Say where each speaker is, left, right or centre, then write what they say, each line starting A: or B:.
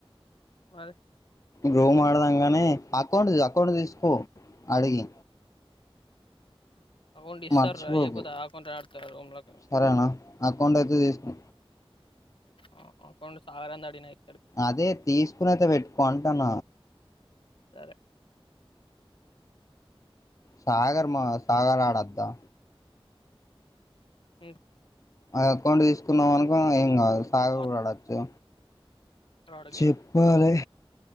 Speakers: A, on the left; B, on the left.
A: మరి
B: రూమ్ ఆడదాంగాని అకౌంట్ అకౌంట్ తీసుకో అడిగి
A: అకౌంట్ ఇస్తార్రా
B: మర్చిపోకు
A: ఇయ్యకపోతే అకౌంట్ ఆడతా రూమ్‌లోకి.
B: సరేనా అకౌంట్ అయితే తీసుకో
A: ఆ అపండు చాయిరన్ అడినయి
B: అదే తీసుకునైతే పెట్టుకో అంటన
A: సరే.
B: సాగర్ మా సాగర్ ఆడద్దా
A: మ్
B: అకౌంట్ తీసుకున్నాం అనుక ఏం కాదు సార్
A: వాడు
B: గుడాడచ్చు
A: ఆడు
B: చెప్పాలె
A: గేమ్.